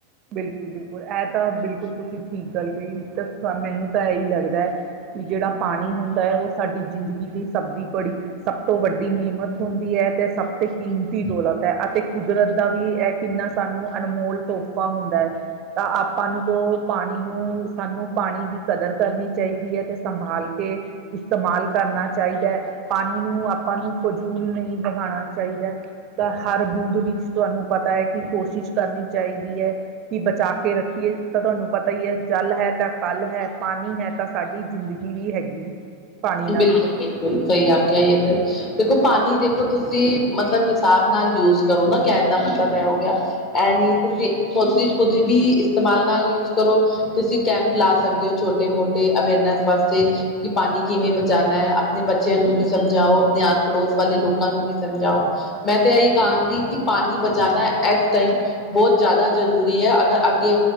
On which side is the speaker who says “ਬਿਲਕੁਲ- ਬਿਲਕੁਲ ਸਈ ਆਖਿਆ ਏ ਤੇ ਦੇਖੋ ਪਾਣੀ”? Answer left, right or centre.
Left